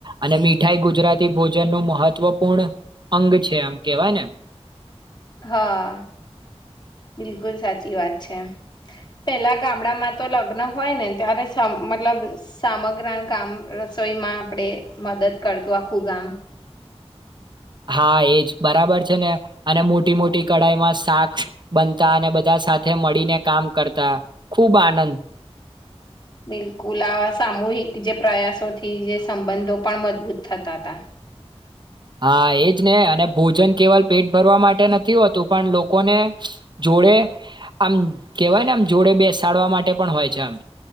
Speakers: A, on the right; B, on the left.
A: અને મીઠાઈ ગુજરાતી ભોજન નું મહત્વપૂર્ણ અંગ છે આમ કેવાય ને
B: હા બિલકુલ સાચી વાત છે પેલા ગામડામાં તો લગ્ન હોય ને ત્યારે મતલબ સામગ્ર ગામ રસોઈમાં આપણેે મદદ કરતું આખું ગામ
A: હા એજ બરાબર છે ને અને મોટી મોટી કઢાઈમાં શાક બનતા અને બધા સાથે મળીને કામ કરતા ખુબ આનંદ
B: બિલકુલ આ સામૂહિક જે પ્રયાસોથી જે સંબંધો પણ મજબૂત થતા હતા
A: હા એજ ને અને ભોજન કેવલ પેટ ભરવા માટે નથી હોતું પણ લોકોને જોડે આમ કેવાય ને આમ જોડે બેસાડવા માટે પણ હોય છે આમ